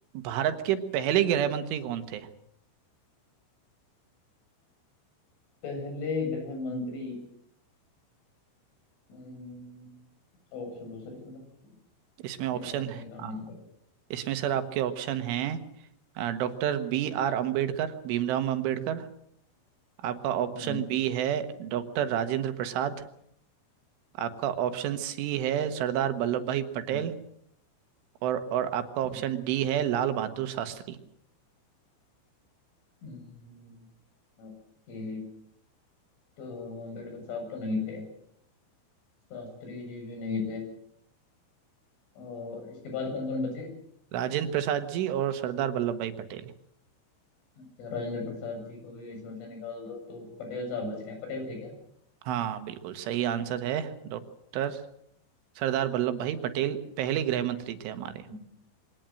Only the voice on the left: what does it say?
पहले गृह मंत्री हम्म, ऑप्शन दो सर इसमें तो
बिना ऑप्शन
के काम
नहीं चलेगा
हम्म
हम्म
हम्म,
हम्म, ओके तो अंबेडकर साहब तो नहीं थे शास्त्री जी भी नहीं थे और इसके बाद कौन कौन बचे
अच्छा राजेंद्र प्रसाद जी को भी इसमें से निकाल दो तो पटेल साहब बच रहे हैं पटेल थे क्या
हम्म,